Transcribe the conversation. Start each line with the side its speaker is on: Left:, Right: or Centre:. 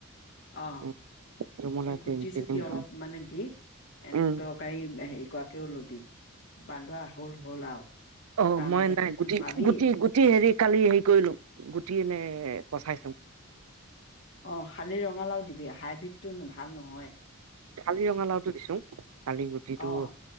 Left: অ'
Right: উ জুমলৈ
Left: গুটি
Right: তিনি তিনিমুঠা
Left: চুটি অলপ মানে দি এনেকে
Right: উম
Left: তৰকাৰী হেৰি কৰাকেও লবি। বান্দৰ আহিল হ'ল আৰু
Right: অ
Left: তাৰ
Right: মই
Left: মাজতে
Right: নাই
Left: তোন
Right: গুটি,
Left: পাবি
Right: গুটি, গুটি হেৰি কালি হেৰি কৰিলো গুটি এনে পচাই চো।
Left: অ' শালি ৰঙালাও দিবি হাইব্ৰীড তো ভাল নহ হয়।
Right: শালি ৰঙালাওটো দিছো। খালি গুটিটো
Left: অ',